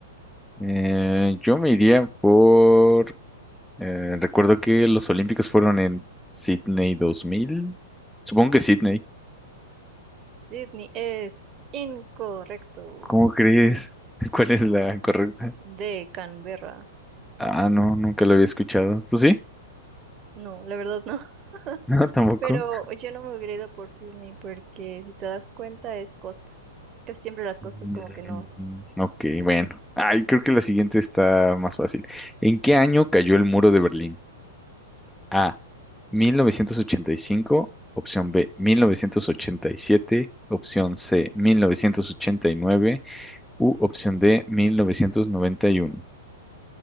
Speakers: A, in the centre; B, on the right.
A: Eh, yo me iría por... eh, recuerdo que los Olímpicos fueron en Sydney 2000. Supongo que Sydney.
B: Sydney es incorrecto.
A: ¿Cómo crees? <laughs> ¿Cuál es la correcta?
B: De Canberra.
A: Ah, no, nunca lo había escuchado. ¿Tú sí? <laughs>
B: No, la verdad no.
A: No,
B: <laughs>
A: tampoco.
B: Pero yo no me hubiera ido por Sydney porque si te das cuenta es costa. Casi siempre las costas
A: Mm,
B: como que no.
A: Ok, bueno. Ay, creo que la siguiente está más fácil. ¿En qué año cayó el muro de Berlín? A. mil novecientos ochenta y cinco. opción B. 1987. opción C. 1989. u opción D. 1991.